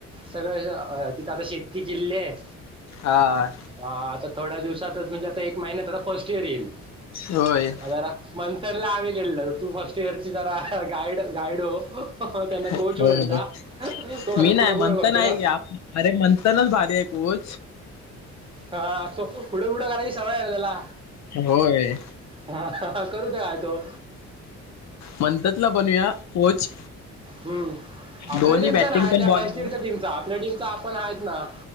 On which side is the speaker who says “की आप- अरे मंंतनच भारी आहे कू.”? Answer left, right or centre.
Left